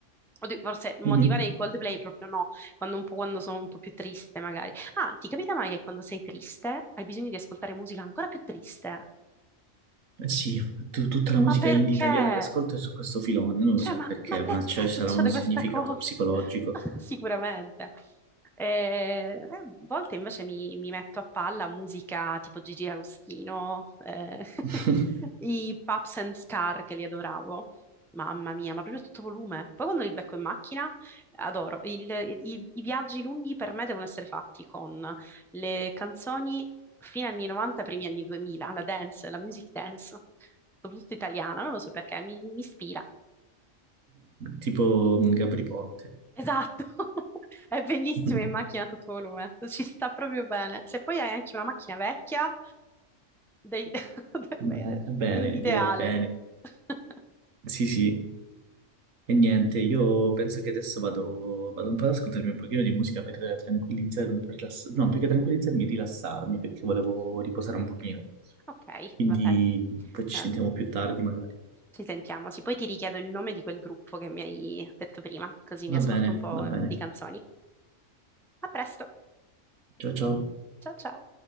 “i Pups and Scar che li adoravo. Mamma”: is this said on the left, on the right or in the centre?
Centre